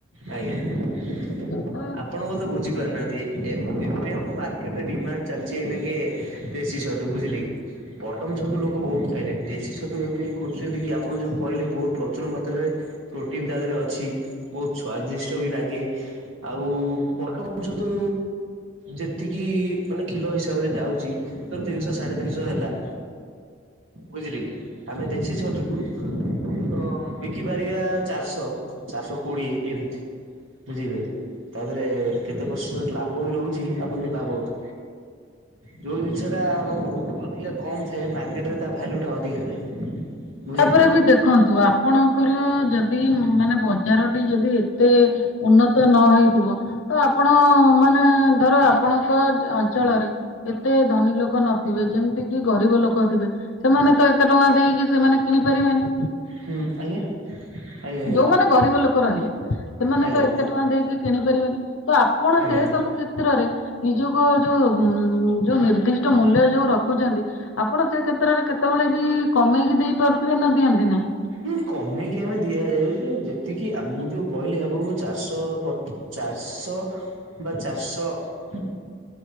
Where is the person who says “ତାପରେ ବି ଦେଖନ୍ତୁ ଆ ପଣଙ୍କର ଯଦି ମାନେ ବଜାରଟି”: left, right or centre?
Left